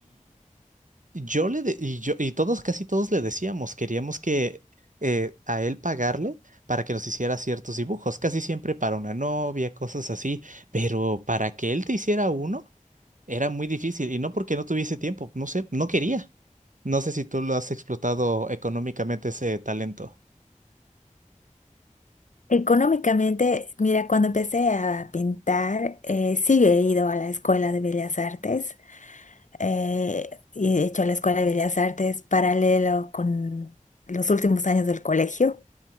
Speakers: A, on the right; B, on the left.
A: Yo le de- y yo y todos casi todos le decíamos, queríamos que eh, a él pagarle para que nos hiciera ciertos dibujos, casi siempre para una novia, cosas así, pero para que él te hiciera uno era muy difícil y no porque no tuviese tiempo, no sé, no quería. No sé si tú lo has explotado económicamente ese talento.
B: Económicamente, mira, cuando empecé a pintar, eh, sí he ido a la Escuela de Bellas Artes eh, y he hecho la Escuela de Bellas Artes paralelo con los últimos años del colegio.